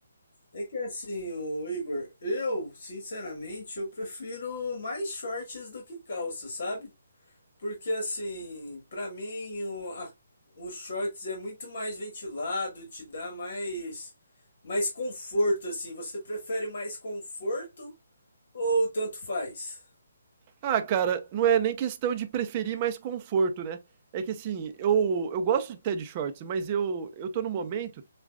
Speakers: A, on the left; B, on the right.
A: é que assim, ô Igor, eu, sinceramente, eu prefiro mais shorts do que calça, sabe? Porque assim, pra mim o, a- o shorts é muito mais ventilado, te dá mais mais conforto assim. Você prefere mais conforto ou tanto faz?
B: Ah, cara, não é nem questão de preferir mais conforto, né? É que assim, eu, eu gosto até de shorts, mas eu, eu tô num momento